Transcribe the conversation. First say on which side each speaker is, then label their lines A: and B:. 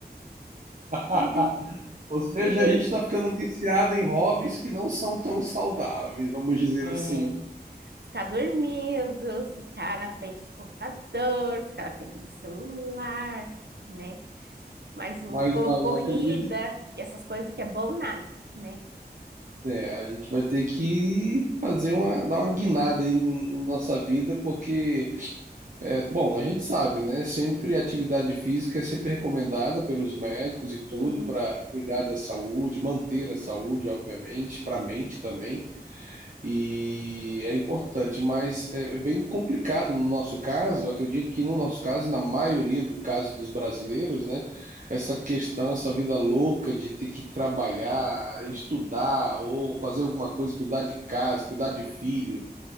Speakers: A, on the right; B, on the right.
A: <laughs>
B: Me deita,
A: Ou seja,
B: me deita.
A: a gente está ficando viciado em hobbies que não são tão saudáveis, vamos dizer
B: É,
A: assim.
B: Ficar dormindo, ficar na frente do computador, ficar na frente do celular, né? Mas
A: Mas
B: o co-
A: olha,
B: corrida
A: acredito
B: e essas coisas que é bom nada, né?
A: que é, a gente vai ter que fazer uma, dar uma guinada aí na nossa vida, porque É, bom, a gente sabe, né? Sempre atividade física é sempre recomendada pelos médicos e tudo
B: Sim,
A: para cuidar da saúde, manter a saúde, obviamente, para a mente também. E é importante, mas é, é bem complicado no nosso caso. eu Acredito que no nosso caso, na maioria do caso dos brasileiros, né? Essa questão, essa vida louca de ter que trabalhar, estudar ou fazer alguma coisa, cuidar de casa, cuidar de filho